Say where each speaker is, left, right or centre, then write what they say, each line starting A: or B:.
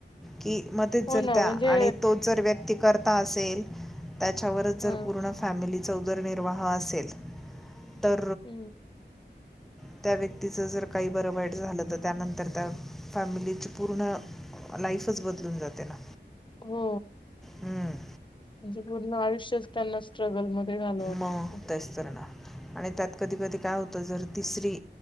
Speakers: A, in the centre; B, on the left.
A: कि मध्येत
B: हो
A: जर
B: ना
A: द्या
B: म्हणजे
A: आणि तोच जर व्यक्ती करता असेल त्याच्यावरच
B: हा
A: जर पूर्ण फॅमिलीचा उदरनिर्वाह असेल तर
B: हम्म
A: ह त्या व्यक्तीचं जर काही बरं वाईट झालं तर त्यानंतर त्या फॅमिलीची पूर्ण लाईफच बदलून जाते ना
B: हो
A: हम्म
B: म्हणजे पूर्ण आयुष्यच त्यांना स्ट्रगल मध्ये घालवा
A: मग
B: ला
A: तेच तर ना आणि त्यात कधी कधी काय होत जर तिसरी